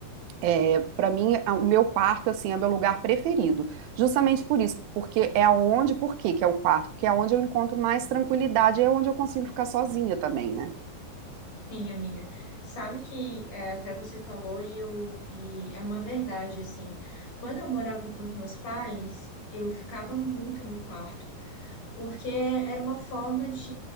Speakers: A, on the right; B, on the left.
A: é, para mim a- o meu quarto assim é meu lugar preferido. Justamente por isso, porque é onde, por quê que é o quarto? Porque é onde eu encontro mais tranquilidade, é onde eu consigo ficar sozinha também, né?
B: Sim, amiga. Sabe que é, até você falou e eu e é uma verdade, assim. Quando eu morava com os meus pais, eu ficava muito no quarto, porque era uma forma de,